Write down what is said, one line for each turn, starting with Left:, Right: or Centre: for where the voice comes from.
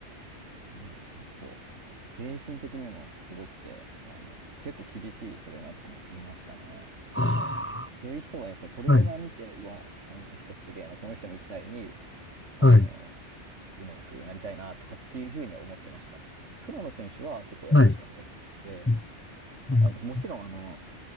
Right: なんだろう、なんかこう、精神的にもすごくて、あの、結構厳しいトレーナーとかもいましたね。
Left: あ
Right: そういう人はやっぱりトレーナー見て、
Left: あ、はい。
Right: うわ、この人すげえな、この人みたいに、あの、
Left: はい。
Right: うまくなりたいなとかっていうふうには思ってました。プロの選手は結構優しかったりで、
Left: はい。うう
Right: あの、
Left: ん
Right: もちろん、あの、